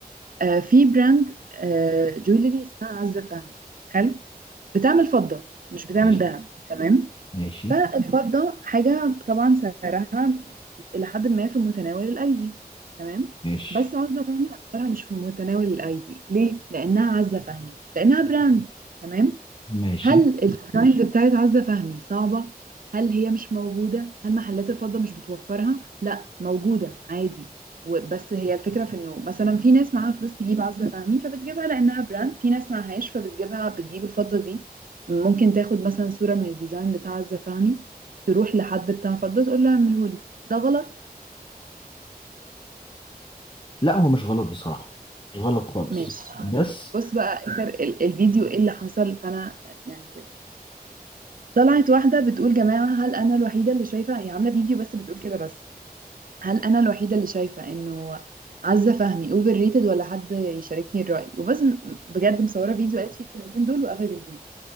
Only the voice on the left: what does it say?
ماشي
ماشي
ماشي
ماشي
لا هو مش غلط بصراحه مش غلط خالص
بس